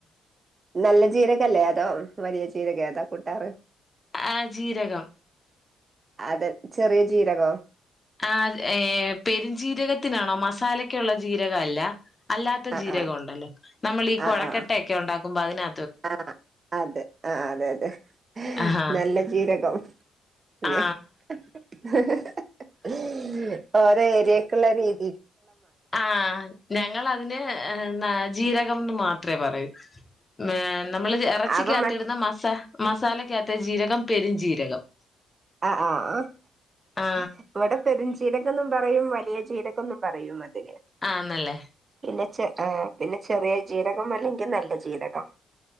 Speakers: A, on the right; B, on the left.
A: നല്ല ജീരകം അല്ലെ അതോ വലിയ ജീരകം എതാ കൂട്ടാറു
B: ആഹ് ജീരകം
A: അത് ചെറിയ ജീറക
B: ആഹ് ഏഹ് പെരുംജീരകത്തിനു ആണോ മസാലക്കുള്ള ജീരകം അല്ല അല്ലാത്ത
A: ആഹ്
B: ജീരകം
A: ആഹ്
B: ഉണ്ടല്ലോ നമ്മൾ ഈ
A: ആഹ്
B: കുഴക്കട്ട
A: ആഹ്
B: ഒക്കെ ഉണ്ടാക്കു മ്പോ അതിനാ
A: ആഹ് അതേ അതേ അതേ
B: ആഹാ
A: നല്ല ജീരകം അതേ
B: ആ
A: അതേ <inaudible> ഓരോ ഏരിയക്ക് ക്കുള്ള രീതി
B: ആഹ് ഞങ്ങൾ അന്ന് ജീരകം എന്ന് മാ മാത്ര പറയൂ ഏഹ് നമ്മൾ ഇറച്ചിക്കകത്ത്‌
A: അപ്പൊ മറ്റേ
B: ഇടുന്ന മസാ മസാലക്കകത്തു ജീര കം പെരുംജീരകം
A: ആഹ് ആഹ്
B: ആ
A: ആഹ് ഇവിടെ പെരുംജീരകം എന്ന് പറയും വലിയ ജീരകം എന്നും പറയുന്നുണ്ട്
B: ആഹ്ന്നല്ലേ
A: പിന്നെ ചെ ഏ പിന്നെ ചെറിയ ജീരകം അല്ലെങ്കിൽ നല്ല ജീരകം